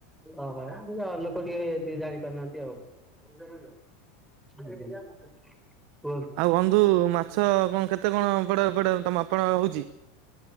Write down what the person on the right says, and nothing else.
ଆଉ ବନ୍ଧୁ ମାଛ କଣ କେତେ କଣ ପଡେ ପଡେ ତ ଆପଣ ହଉଚି?